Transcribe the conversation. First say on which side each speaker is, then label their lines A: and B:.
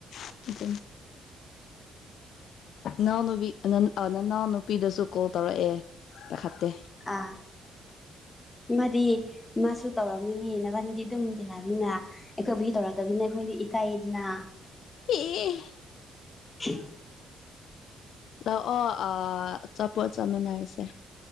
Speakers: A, on the left (about 70°); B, on the left (about 20°).
A: <unintelligible> ꯅꯥꯎꯅꯨꯕꯤ ꯅꯅꯥꯎ ꯑ ꯅꯅꯥꯎꯅꯨꯄꯤꯗꯁꯨ ꯀꯣꯜ ꯇꯧꯔꯛꯑꯦ ꯄꯥꯏꯈꯠꯇꯦ
B: ꯑꯥ ꯃꯥꯗꯤ ꯃꯥꯁꯨ ꯇꯧꯔꯝꯃꯤꯅꯤ ꯅꯕꯥꯅꯤꯗꯤ ꯑꯗꯨꯝ ꯇꯤꯟꯅꯕꯅꯤꯅ ꯑꯩꯈꯣꯏꯕꯨꯗꯤ ꯇꯧꯔꯛꯇꯕꯅꯤꯅ ꯑꯩꯈꯣꯏꯗꯤ ꯏꯀꯥꯏꯌꯦꯗꯅ
A: ꯑꯦ ꯑꯦ
B: <unintelligible>
A: ꯂꯥꯛꯑꯣ ꯑꯥ ꯑꯆꯥꯄꯣꯠ ꯆꯥꯃꯤꯟꯅꯔꯁꯦ